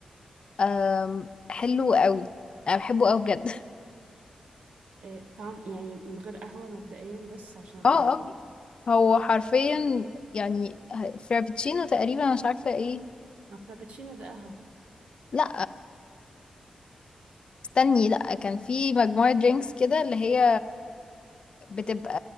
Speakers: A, on the left; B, on the right.
A: آم، حلو قوي انا بحبه قوي بجد
B: إيه طعم يعني من غير قهوة مبدئيا بس
A: <laughs>
B: عشان ابقى
A: اه
B: عارفة
A: اه هو حرفيا يعني فرابتشينو تقريبا مش عارفة ايه
B: الفرابتشينو ده قهوة
A: لا استني لا كان في مجموعة درينكس كده اللي هي بتبقى